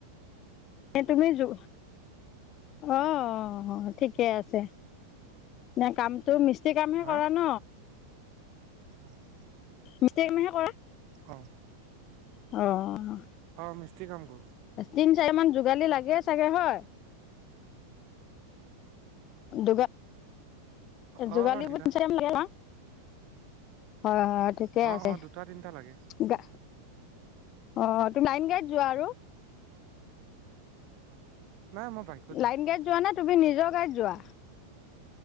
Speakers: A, on the left; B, on the right.
A: নে তুমি যো অ ঠিকে আছে নে কাম তুমি মিস্ত্ৰী কামহে
B: হা
A: কৰা ন
B: <unintelligible>
A: মিস্ত্ৰী কামহে কৰা
B: অ
A: অহ
B: অ মিস্ত্ৰী কাম কৰো
A: তিন চাৰিমান যোগালী লাগে চাগে হয় দোকা
B: অ
A: যোগালী
B: অ তিনটা
A: বুলি তিনি চাৰি বোলোন হো হয় হয় ঠিকে
B: অ
A: আছে
B: অ দুটা তিনটা লাগে
A: গা অঁহ লাইন গাড়ী ত যোৱা আৰু
B: নাই মই বাইকত যাওঁ
A: লাইন গাড়ীত যোৱা নে তুমি নিজৰ গাড়ীত যোৱা